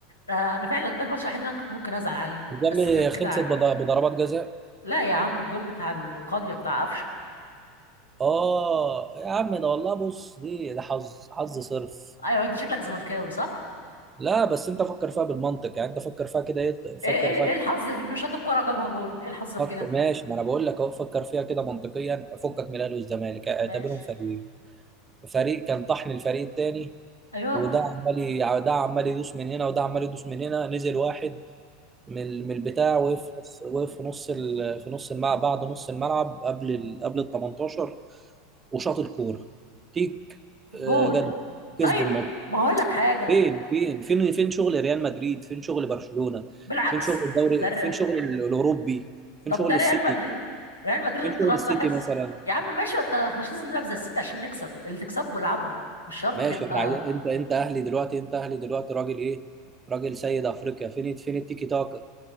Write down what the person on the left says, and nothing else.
آه، انا فعلا ده الماتش الوحيد اللي انا كنت ممكن ازعل عليه
بس
غير كده
عادي
لا يا عم الجون بتاع القاضيه بتاع قفشه
ايوه انت شكلك زملكاوي صح
ايه ايه
ايه الحظ في انه شاط الكوره جابها جون ايه الحظ في
كده
ماشي
ايوه
جون
طيب
ما هقول لك حاجه
بالعكس
ده
طب
ده ريال
مدريد ريال مدريد
انت
لا
تلاحظ
يا عم ماشي انت احنا مش لازم نلعب زي الست عشان نكسب اللي تكسبه العبه مش شرط
تبقى